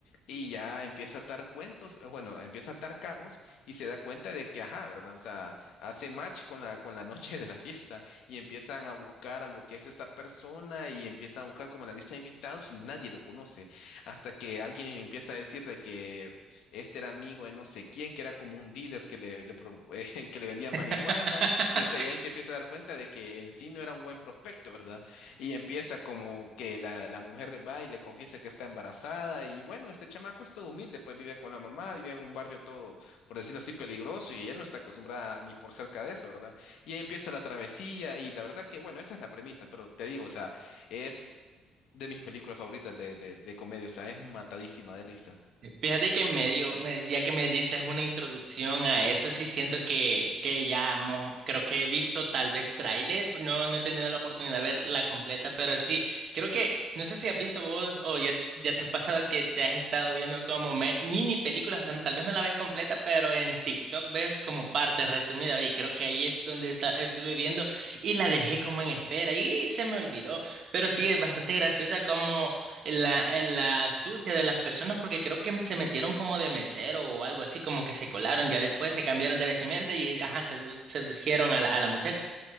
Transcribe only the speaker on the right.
<laughs>
Fíjate que medio, me decía que me diste una introducción a eso, sí siento que, que ya mo- creo que he visto tal vez tráiler, no, no he tenido la oportunidad de ver la completa, pero sí, creo que, no sé si has visto vos o ya, ya te has pasado que te has estado viendo como me- mini películas, o sea, tal vez no la ves completa, pero en TikTok ves como parte resumida y creo que ahí es donde está, estuve viendo y la dejé como en espera y se me olvidó, pero sí, es bastante graciosa como... La, la astucia de las personas porque creo que se metieron como de mesero o algo así, como que se colaron, ya después se cambiaron de vestimenta y ajá, sedu- sedujeron a la, a la muchacha.